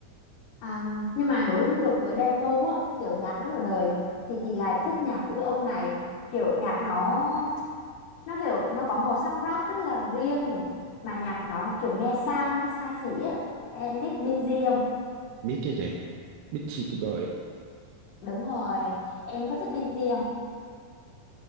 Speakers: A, on the left; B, on the right.
A: à, nhưng mà đối ngược với Đen Vâu á kiểu nhạc rất là đời thì chị lại thích nhạc của cái ông này kiểu nhạc nó nó kiểu nó có màu sắc rap rất là riêng mà nhạc nó kiểu nghe sang nghe xa xỉ á em biết Binz không
B: biết chứ chị biết City Boy
A: đúng rồi em có thích Binz không